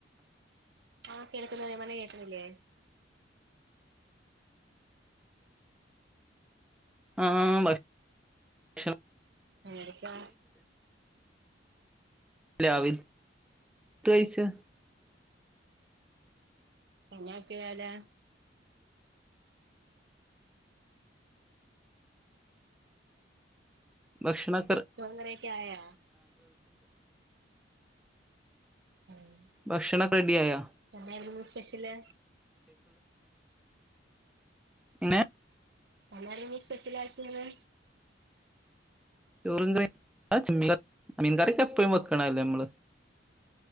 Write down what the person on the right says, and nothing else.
ആ കേൾക്കുന്നു നമന കേൾക്കുന്നില്ലേ
എങ്ങനെക്കേ
അങ്ങാക്കോല
ചോറും കറിയൊക്കായാ ഉം
എന്തായിരുന്നു സ്പെഷ്യല്
എന്നാലിനി സ്പെഷ്യലാക്കിയാലോ